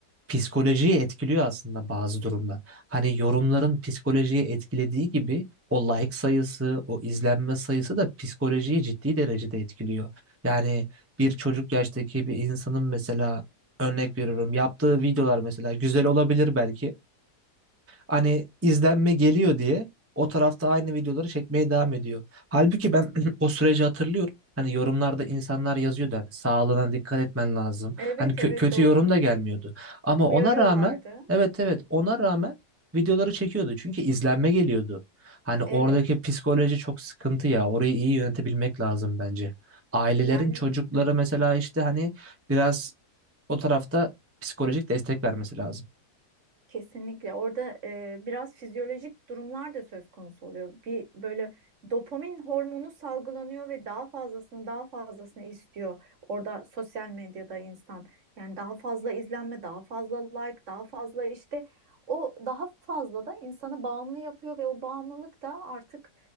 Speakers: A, on the right (about 20°); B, on the right (about 50°).
A: psikolojiyi etkiliyor aslında bazı durumlar. Hani yorumların psikolojiyi etkilediği gibi o like sayısı, o izlenme sayısı da psikolojiyi ciddi derecede etkiliyor. Yani bir çocuk yaştaki bir insanın mesela örnek veriyorum yaptığı videolar mesela güzel olabilir belki. hani izlenme geliyor diye o tarafta aynı videoları çekmeye devam ediyor. Halbuki ben <clears throat> o süreci hatırlıyorum. Hani yorumlarda insanlar yazıyordu hani sağlığına dikkat etmen lazım.
B: Evet
A: Hani kö-
B: evet
A: kötü
B: doğru.
A: yorum da gelmiyordu. Ama
B: uyarıyorlardı.
A: ona rağmen evet evet ona rağmen videoları çekiyordu. Çünkü izlenme geliyordu. Hani oradaki
B: Evet.
A: psikoloji çok sıkıntı ya. Orayı iyi yönetebilmek lazım bence. Ailelerin
B: Yani
A: çocukları mesela işte hani biraz o tarafta psikolojik destek vermesi lazım.
B: kesinlikle orada e, biraz fizyolojik durumlar da söz konusu oluyor. Bir böyle dopamin hormonu salgılanıyor ve daha fazlasını daha fazlasını istiyor. Orada sosyal medyada insan yani daha fazla izlenme, daha fazla like, daha fazla işte o daha fazla da insanı bağımlı yapıyor ve o bağımlılık da artık